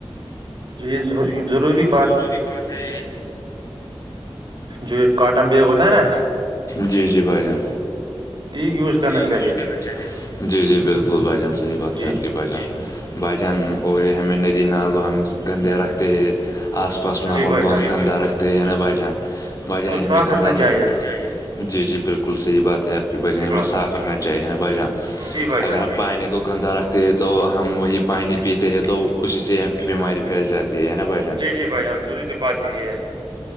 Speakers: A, on the right; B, on the left.
A: جی ضروری <inaudible>
B: ضروری بات ہے یہ
A: جو کاٹن بیگ ہوتا ہے نا
B: جی جی بھائی جان
A: یہ یوز کرنا
B: یہ
A: چاہیے
B: یوز کرنا چاہیے تھا <unintelligible> جی جی بالکل بائی چانس صحیح بات
A: جی
B: ہے آپ کی بائی جان بھجان اور یہ ہمیں ندی نال و ہم گندے رکھتے ہے آسا پاس ماحول
A: جی بھائی
B: کو
A: جان
B: ہم گندہ رکھتے ہیں نا بھائی جان بھائی جان
A: کو
B: ہمیں
A: صاف
B: گندا
A: رکھنا
B: نہیں
A: چاہیے
B: جی جی بالکل صحیح بات ہے آپ کی بجان
A: جی
B: ہمیں
A: بات
B: صاف رکھنا چاہیے نا بائی جان
A: جی بھائی جان
B: اگر ہم پانی کو گندا رکھتے ہیں تو ہم وہی پانی پیتے ہیں تو اسی سے بیماری پھیل جاتی ہے د ہے نا بچن
A: جی
B: <inaudible>
A: جی بھائی جان ضروری بات ہے یہ <inaudible>